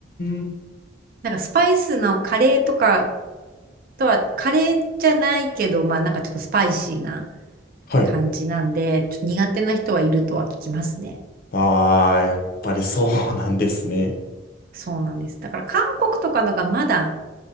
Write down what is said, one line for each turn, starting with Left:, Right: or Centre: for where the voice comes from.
Left: ん。
Right: なんかスパイスのカレーとかとは、カレーじゃないけど、まあなんかちょっとスパイシーな
Left: はい。
Right: 感じなんで、ちょっと苦手な人はいるとは聞きますね。
Left: あー、やっぱりそうなんですね。
Right: そうなんです。だから韓国とかのがまだ